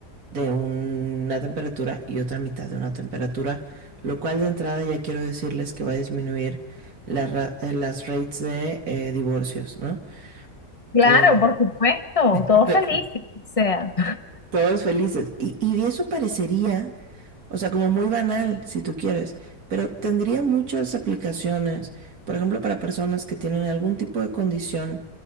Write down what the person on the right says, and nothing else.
de una temperatura y otra mitad de una temperatura, lo cual de entrada ya quiero decirles que va a disminuir las ra- eh, las rates de eh, divorcios, ¿no?
Eh,
<laughs>
todos felices. Y, y eso parecería, o sea, como muy banal, si tú quieres, pero tendría muchas aplicaciones, por ejemplo, para personas que tienen algún tipo de condición